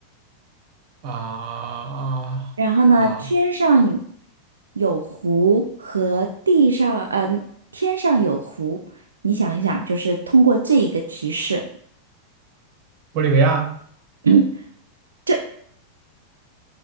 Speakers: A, on the right (about 40°); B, on the right (about 75°).
A: 啊啊，
B: 然后呢，天上有湖和地上，嗯、天上有湖，你想一想，就是通过这一个提示
A: 玻利维亚，
B: <clears throat>，嗯这